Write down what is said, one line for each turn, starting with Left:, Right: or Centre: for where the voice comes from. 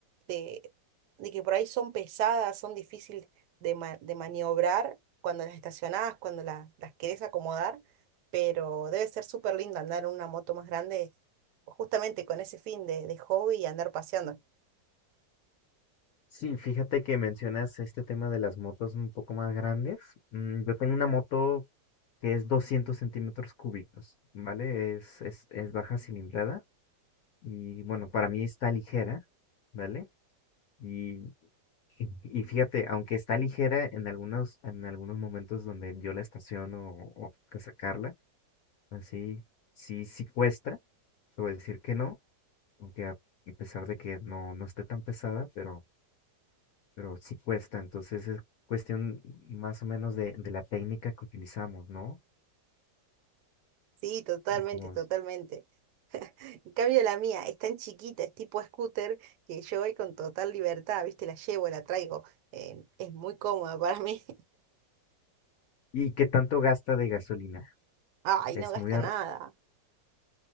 Right: de, de que por ahí son pesadas, son difíciles de, ma- de maniobrar cuando las estacionás, cuando las, las querés acomodar, pero debe ser súper lindo andar en una moto más grande. Justamente con ese fin de, de hobby y andar paseando.
Left: Sí, fíjate que mencionas este tema de las motos un poco más grandes. Mm, Yo tengo una moto que es 200 centímetros cúbicos, ¿vale? Es, es, es baja cilindrada y bueno, para mí está ligera, ¿vale? Y Y, y fíjate, aunque está ligera en algunos, en algunos momentos donde yo la estaciono o, o que sacarla, así sí, sí cuesta, te voy a decir que no, aunque a a pesar de que no, no esté tan pesada, pero, pero sí cuesta. Entonces es cuestión más o menos de, de la técnica que utilizamos, ¿no?
Right: Sí, totalmente,
Left: Y como,
Right: totalmente. En cambio la mía es tan chiquita, es tipo scooter, que yo voy con total libertad, ¿viste? La llevo, la traigo. eh, es muy cómoda para mí.
Left: y qué tanto gasta de gasolina.
Right: <laughs> Ay,
Left: Es
Right: no gasta
Left: muy, ar-
Right: nada.